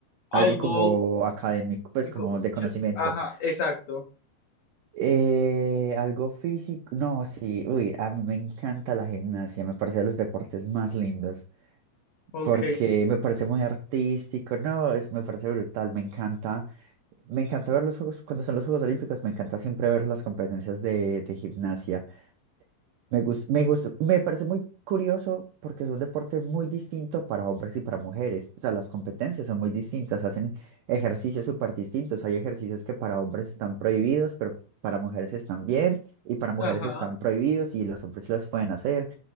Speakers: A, on the left; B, on the right.
A: algo,
B: Algo como académico, pues
A: técnico,
B: como de conocimiento.
A: yo- ajá, exacto.
B: Eh, algo físico. No, sí, uy, a mí me encanta la gimnasia, me parece de los deportes más lindos,
A: Ok,
B: porque
A: s-
B: me parece muy artístico, no, es, me parece brutal, me encanta, me encanta ver los juegos, cuando son los Juegos Olímpicos, me encanta siempre ver las competencias de, de gimnasia. Me gus- me gus- me parece muy curioso porque es un deporte muy distinto para hombres y para mujeres. O sea, las competencias son muy distintas, hacen ejercicios súper distintos. Hay ejercicios que para hombres están prohibidos, pero para mujeres están bien, y para mujeres
A: ajá.
B: están prohibidos y los hombres los pueden hacer.